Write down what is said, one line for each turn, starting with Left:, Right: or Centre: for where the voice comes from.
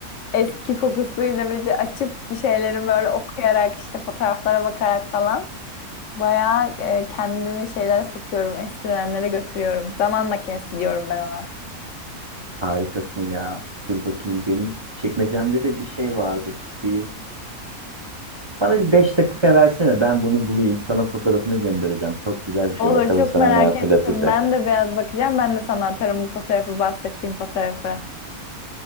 Left: eski kokusuyla bir de açıp bir şeylerin böyle okuyarak işte fotoğraflara bakarak falan bayağı e, kendimi şeylere sokuyorum. Eski dönemlere götürüyorum. Zaman makinesi diyorum ben ona.
Right: harikasın ya. Dur bakayım benim çekmecemde de bir şey vardı. Bir bana bir 5 dakika versene. Ben bunu bulayım. Sana fotoğrafını göndereceğim. Çok güzel bir şey.
Left: Olur
Right: Bakalım
Left: çok
Right: sana
Left: merak
Right: ne hatırlatacak.
Left: ettim. Ben de biraz bakacağım. Ben de sana atarım bu fotoğrafı bahsettiğim fotoğrafı.